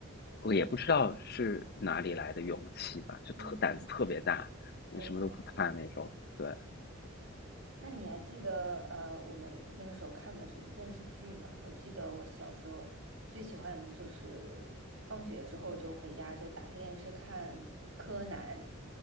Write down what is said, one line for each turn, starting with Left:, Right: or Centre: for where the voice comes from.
Left: 我也不知道是哪里来的勇气吧，就特胆子特别大，
Right: 嗯，没。
Left: 嗯什么都不怕那种。对，
Right: 那你还记得呃，我们那个时候看的什么电视剧吗？我记得我小时候最喜欢就是放学之后就回家就打开电视看柯南。